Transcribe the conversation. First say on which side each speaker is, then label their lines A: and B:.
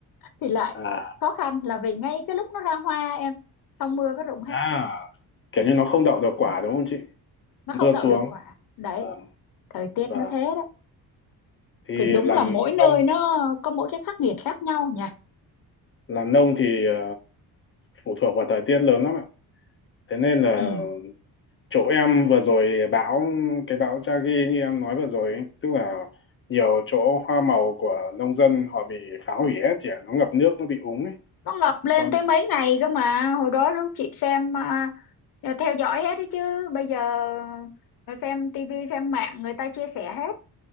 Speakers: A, on the left; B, on the left.
A: thì lại
B: à,
A: khó khăn là vì ngay cái lúc nó ra hoa em xong mưa cái rụng hết
B: à kiểu như nó không đậu được
A: Ừ.
B: quả đúng không chị
A: nó không
B: mưa
A: đậu
B: xuống
A: được quả đấy
B: à,
A: thời tiết
B: và
A: nó thế đấy
B: thì
A: thì đúng
B: làm
A: là mỗi nơi
B: nông
A: nó có mỗi cái khắc nghiệt khác nhau nhỉ
B: làm nông thì ờ, phụ thuộc vào thời tiết lớn lắm ạ thế nên là
A: ừ.
B: chỗ em vừa rồi bão cái bão Yagi như em nói vừa rồi ấy, tức là nhiều chỗ hoa màu của nông dân họ bị phá hủy hết thì nó ngập nước nó bị úng ấy
A: nó ngập lên
B: xong
A: tới mấy ngày cơ mà hồi đó lúc chị xem à, à, theo dõi hết đấy chứ bây giờ à, xem tivi xem mạng người ta chia sẻ hết